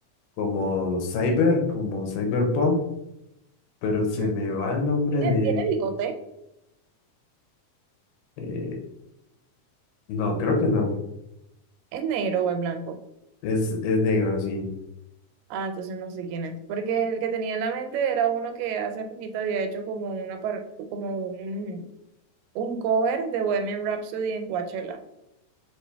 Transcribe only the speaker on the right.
mm,
¿Tiene,
tiene
bigote?
¿Es negro o es blanco?
Ah, entonces no sé quién es. Porque el que tenía en la mente era uno que hace poquito había hecho como una par- como un, un cover de Bohemian Rhapsody en Coachella.